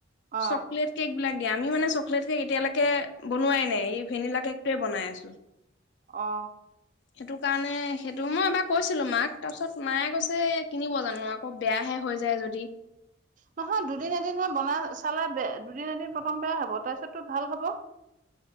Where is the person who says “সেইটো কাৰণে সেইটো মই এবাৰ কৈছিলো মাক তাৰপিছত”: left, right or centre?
Left